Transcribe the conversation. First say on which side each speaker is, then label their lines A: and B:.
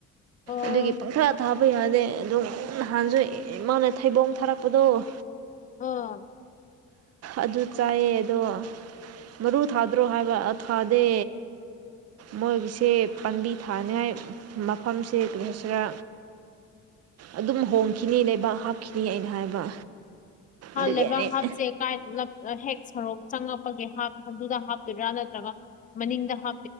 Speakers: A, on the left; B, on the right.
A: ꯑꯣ
B: ꯑꯗꯨꯒꯤ ꯄꯪꯊꯥ ꯊꯥꯕ ꯌꯥꯗꯦ ꯑꯗꯨꯝ ꯅꯍꯥꯟꯁꯨ ꯏꯃꯥꯅ ꯊꯩꯕꯣꯡ ꯊꯥꯔꯛ ꯀꯀꯨꯗꯣꯛ <unintelligible>
A: ꯑꯥ
B: ꯑꯗꯨ ꯑꯗ <unintelligible> ꯆꯥꯏꯌꯦ ꯑꯗꯣ ꯃꯔꯨ ꯊꯥꯗ꯭ꯔꯣ ꯍꯥꯏꯕ ꯑ ꯊꯥꯗꯦ ꯃꯣꯏꯒꯤꯁꯦ ꯄꯥꯟꯕꯤ ꯊꯥꯅꯉꯥꯏ ꯃꯐꯝꯁꯦ ꯀꫪꯤ ꯍꯥꯏꯁꯤꯔꯥ ꯑꯗꯨꯝ ꯍꯣꯡꯈꯤꯅꯤ ꯂꯩꯕꯥꯛ ꯍꯥꯞꯈꯤꯅꯤ ꯑꯩꯅ ꯍꯥꯏꯕ ꯑꯗꯨꯒꯤ
A: ꯂꯩꯕꯥꯛ
B: ꯑꯩꯅ
A: ꯍꯥꯞꯁꯦ ꯀ ꯍꯦꯛ ꯁꯔꯣꯛ ꯆꯪꯉꯛꯄꯒꯦ ꯍꯥꯞ ꯑꯗꯨꯗ ꯍꯥ <unintelligible> ꯥꯟꯠꯇ꯭ꯔꯒ <unintelligible> ꯃꯅꯤꯡ ꯍꯥ